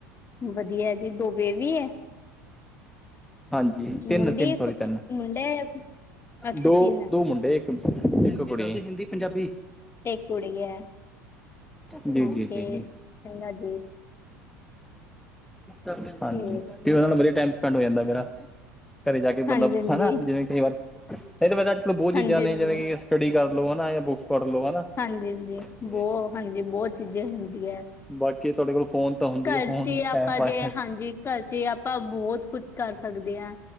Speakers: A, on the left (about 30°); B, in the centre.
A: ਵਧੀਆ ਜੀ। ਦੋ ਬੇਬੀ ਹੈ?
B: ਹਾਂਜੀ, ਤਿੰਨ-ਤਿੰਨ
A: ਮੁੰਡੀ
B: ਸੋਰੀ
A: ਮੁੰਡਾ
B: ਤਿੰਨ
A: ਹੈ ਅੱਛਾ
B: ਦੋ,
A: ਤਿੰਨ ਹੈ
B: ਦੋ ਮੁੰਡੇ। ਇੱਕੜੀ <unintelligible> ਹਿੰਦੀ, ਪੰਜਾਬੀ
A: ਇੱਕ ਕੁੜੀ ਹੈ।
B: ਜੀ
A: ਓਕੇ,
B: ਜੀ ਜੀ ਜੀ
A: ਚੰਗਾ ਜੀ।
B: ਹਾਂਜੀ,
A: ਤੇ
B: ਉਨਾ ਨਾਲ ਵਧੀਆ ਟਾਈਮ ਸਪੈਂਡ ਹੋ ਜਾਂਦਾ ਮੇਰਾ। ਘਰੇ ਜਾ ਕੇ
A: ਹਾਂਜੀ
B: ਬੰਦਾ
A: ਹਾਂਜੀ
B: ਹਨਾ
A: ਹਾਂਜੀ
B: ਜਿਵੇਂ ਕਈ ਵਾਰ ਇਹ ਤਾਂ ਬ ਤਾਂ ਅੱਜ- ਕੱਲ ਬਹੁਤ ਚੀਜ਼ਾਂ
A: ਹਾਂਜੀ
B: ਨੇ
A: ਹਾਂਜੀ
B: ਜਿਵੇਂ ਕਿ ਸਟੱਡੀ ਕਰ ਲੋ ਹਨਾ ਯਾ ਬੁੱਕਸ ਪੜ੍ਹ ਲੋ ਹਨਾ?
A: ਹਾਂਜੀ-ਹਾਂਜੀ
B: ਤੇ
A: ਬੋਹ ਹਾਂਜੀ ਬੋਹਤ ਚੀਜ਼ਾਂ ਹੁੰਦੀਆਂ।
B: ਬਾਕੀ, ਤੁਹਾਡੇ ਕੋਲ ਫੋਨ ਤਾਂ ਹੁੰਦੀ
A: ਘਰ
B: ਹੈ ਫੋਨ
A: ਚ ਹੀ ਆਪਾਂ
B: ਟਾਈਮ ਪਾਸ
A: ਜੇ ਹਾਂਜੀ। ਘਰ ਚ ਆਪਾਂ ਬੋਹਤ ਕੁਛ ਕਰ ਸਕਦੇ ਹਾਂ